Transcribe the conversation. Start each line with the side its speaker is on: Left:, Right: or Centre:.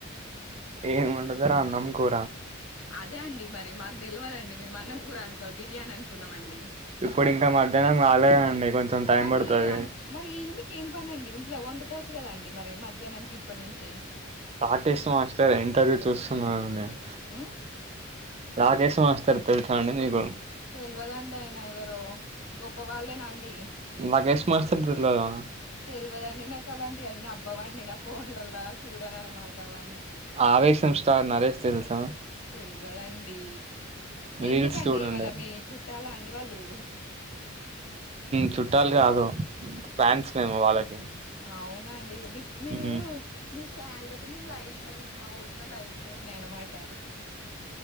Right: ఏముండదు అన్నం కూర
Left: అదే అండి మరి మాకు తెలియవదుండి మ మన్నం కూూర అనుకోవాలి బిర్యానీ అనుకున్నాం అండి
Right: ఇప్పుడు ఇంకా మధ్యాహ్నం కాలేదండి కొంచెం టైం
Left: మరి
Right: పడుతది.
Left: అ మరి మీకు ఏం పనండి ఇట్లా వండుకోవచ్చు కదండి మరి మధ్యాహ్నంకి ఇప్పటి నుంచి
Right: ఆర్టిస్ట్ మాస్టర్ ఇంటర్వ్యూ చూస్తున్నాను నేను
Left: ఆ
Right: రాగష్ మాస్తర్ తె చండ నకు
Left: తెలియదండి అయన ఎవరో గొప్ప వాళ్ళేనా అండి
Right: రాకేష్ మాస్టర్ తెల్వదా
Left: తెలియదండి నాకు అలాంటి అన్నీ అబ్ పవండి నా ఫోన్లలా చూడన అనమాట అవన్నీ
Right: ఆవేశం స్టార్ నరేష్ తెలుసా
Left: తెలియదండి ఎందుకండి
Right: రీల్స్ చూడండి
Left: ఏమనా మీ చుట్టాలా అండి వాళ్ళు
Right: చుట్టాలు కాదు ఫ్యాన్స్ మేము వాళ్ళకి
Left: అవునా అండి మీకు మీరు
Right: మ్మ్
Left: మీరు ఫ్యాన్లు అయితే మేము లైట్ల అండి మా ఊర్లో లైట్లు ఉన్నాయ అనమాట